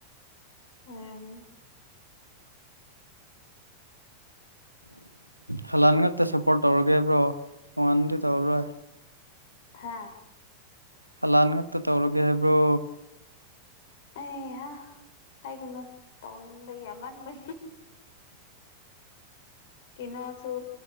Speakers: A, on the left (about 55°); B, on the right (about 90°).
A: ꯑꯣꯏꯔꯝꯃꯦ
B: ꯍꯂꯥꯟ ꯉꯛꯇ ꯁꯞꯄꯣꯔꯠ ꯇꯧꯔꯒꯦꯕ꯭ꯔꯣ ꯍꯉꯅꯗꯤ ꯇꯧꯔꯔꯣꯏ
A: ꯍꯥꯥ
B: ꯍꯂꯥꯟ ꯉꯛꯇ ꯇꯧꯔꯒꯦ ꯍꯥꯏꯕ꯭ꯔꯣ
A: ꯑꯦ ꯍꯥꯏꯒꯅꯨ ꯇꯧꯅꯤꯡꯕꯩ ꯌꯥꯝꯟꯕꯩ ꯀꯩꯅꯣꯁꯨ